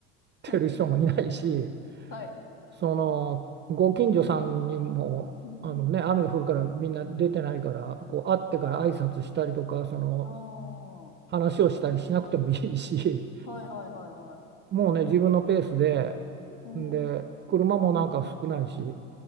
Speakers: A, on the left (about 55°); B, on the right (about 30°).
A: <laughs>
B: てる人もいないし、
A: はい。
B: その、ご近所さんにも、
A: うん。
B: あのね、雨が降るからみんな出てないから、こう会ってから挨拶したりとか、
A: は
B: その、
A: あ。ああ。
B: 話をしたりしなくてもいいし、
A: はいはいはいはい。
B: もうね、自分のペースで、
A: うん。
B: で、車もなんか少ないし、